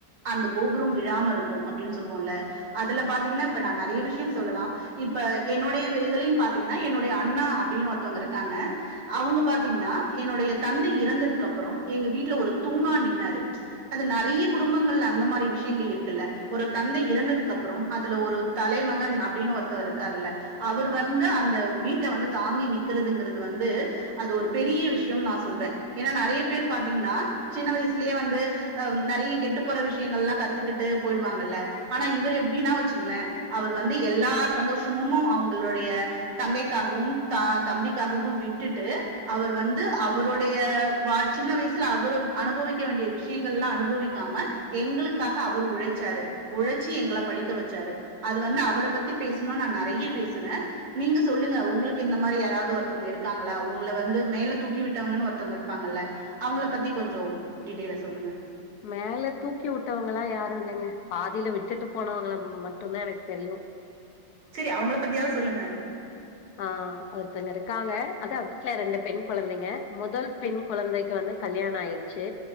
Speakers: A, on the right; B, on the left.
A: அந்த கோபுரம் விழாம இருக்கு அப்டின் சொல்வோல்ல அதுல பாத்தீங்னா இப்ப நா நறைய விஷ்யம் சொல்லலா இப்ப என்னுடைய இதுலயும் பாத்தீங்னா என்னுடைய அண்ணா அப்டினு ஒருத்தவுங்க இருக்காங்க அவுங்க பாத்தீங்னா என்னுடைய தந்தை இறந்ததுக்கப்றம் எங்க வீட்ல ஒரு தூணா நின்னாரு அது நறைய குடும்பங்கள்ல அந்த மாரி விஷ்யங்கள் இருக்குல்ல ஒரு தந்தை இறந்ததுக்கப்றம் அதுல ஒரு தலைமகன் அப்டின்னு ஒருத்தவர் இருக்காருல்ல அவர் வந்து அந்த வீட்ட வந்து தாங்கி நிக்கிறதுங்குறது வந்து அது ஒரு பெரிய விஷ்யொன் நா சொல்வே ஏனா நறைய பேர் பாத்தீங்கன்னா சின்ன வயசுலேயே வந்து அ நெறைய கெட்டு போற விஷ்யங்கள்லா கத்துக்கிட்டு போயிடுவாங்கல்ல ஆனா இவர் எப்டின்னா வச்சுங்ளே அவர் வந்து எல்லா சந்தோஷமுமு அவுங் களுடைய தங்கைக்காகவும் தா தம்பிக்காகவும் விட்டுட்டு அவர் வந்து அவருடைய வா சின்ன வயசுல அவரு அனுபவிக்க வேண்டிய விஷயங்கள்லா அனுபவிக்காம எங்களுக்காக அவர் உழைச்சாரு உழச்சி எங்கள படிக்க வச்சாரு அது வந்து அவர பத்தி பேசுனா நா நறைய பே சுவே நீங்க சொல்லுங்க உங்களுக்கு இந்த மாரி யாராவ்து ஒருத்தவ்ங்க இருக்காங்களா உங்கள வந்து மேல தூக்கி விட்டவுங்கன் ஒருத்தவ்ங்க இருப்பாங்கல்ல அவுங்கள பத்தி கொஞ்சொ டீட்டெய்லா சொல்லுங்க
B: மேல தூக்கி வுட்டவுங்களா யாரு இல்லங்க பாதில விட்டுட்டு போனவுங்கள மட்டுந்தா எனக்கு தெரியு
A: சரி அவங்கள பத்தியாவது சொல்லுங்க
B: ஆ ஒருத்தங்க இருக்காங்க அதா வீட்டுல ரெண்டு பெண் குழந்தைங்க முதல் பெண் குழந்தைக்கு வந்து கல்யாணப ஆயிருச்சு